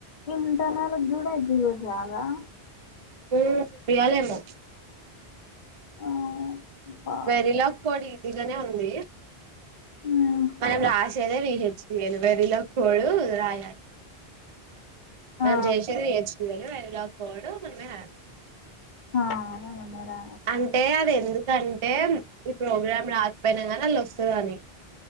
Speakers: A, on the left; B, on the right.
A: ఇంత నాలేడ్జ్ గూడ ఎగ్జిక్యుట్ చేయాలా
B: ఉమ్ చూపియాలేమొ
A: ఆ బా
B: వెరిలక్ కోడి ఇల్ల నే ఉంది
A: మ్మ్
B: మనం లాస్ గదే రీల్ వచ్చింది కదా వెరిలా కోడ్ రాయాలి మనం
A: ఆ
B: చేసేదె ఎచ్ <unintelligible> వేరిలక్ కోడ్ మనమే <inaudible>
A: ఆ అవును మేరా
B: అంటే అది ఎందుకంటే ఈ ప్రోగ్రాం రాకపోయినా గానీ అళ్లోస్తదని